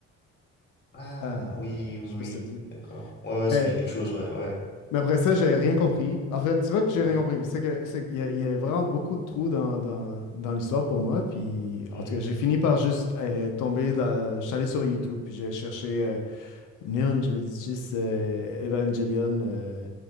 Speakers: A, on the left; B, on the left.
A: Ah
B: Euh,
A: oui, oui,
B: je sais
A: oui,
B: pas si ça te dit.
A: d'accord. Ouais, ouais,
B: Mais,
A: ça me dit quelque chose, ouais, ouais.
B: mais après ça, j'ai rien compris. En fait, c'est pas que j'ai
A: Mhm.
B: rien compris, c'est que, c'est qu'il y a, il y a vraiment beaucoup de trous dans, dans, dans l'histoire pour moi. Puis,
A: Mhm.
B: en tout cas, j'ai fini par juste euh, tomber dans, je suis allé sur YouTube, puis j'ai cherché euh, Non, j'avais dit juste euh, Evangelion euh,